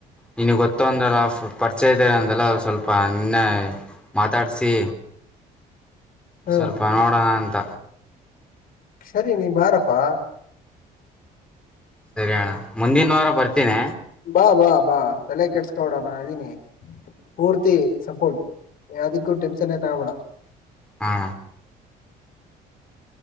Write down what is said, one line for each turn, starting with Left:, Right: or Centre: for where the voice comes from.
Centre: ನಿಿನ ಗೊತ್ತ ಅಂದಲ್ಲ ಪರಿಚಯ ಇದರ ಅಂದಲ್ಲ ಸ್ವಲ್ಪ ನಿನ್ನೆ ಮಾತಾಡಿಸಿ
Left: ಹ
Centre: ಸ್ವಲ್ಪ ನೋಡೋಣ ಅಂತ
Left: ಸರಿ ನೀ ಬಾರಪ್ಪಾ
Centre: ಸರಿಯಣ್ಣ ಮುಂದಿನ ವಾರ ಬರ್ತೀನಿ
Left: ಬಾ ಬಾ ಬಾ ತಲೆ ಕೆಟ್ಸ್ಕೋಡಣ ಅದೀನಿ ಪೂರ್ತಿ ಸಪೋರ್ಟ್ ಯಾವ್ದಿಕ್ಕೂ ಟೆನ್ಶನ್ೇ ತಗಬೇಡ
Centre: ಹಾ